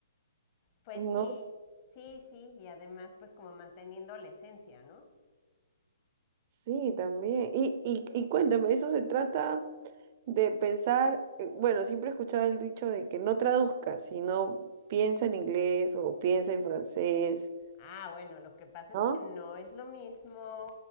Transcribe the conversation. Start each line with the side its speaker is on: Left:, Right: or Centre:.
Left: Pues
Right: ¿No?
Left: sí, sí, sí, y además pues como manteniendo la esencia, ¿no?
Right: Sí, también. Y, y, y cuéntame, eso se trata de pensar, eh, bueno, siempre he escuchado el dicho de que no traduzcas, sino piensa en inglés o piensa en francés,
Left: Ah, bueno, lo que pasa es
Right: ¿no?
Left: que no es lo mismo,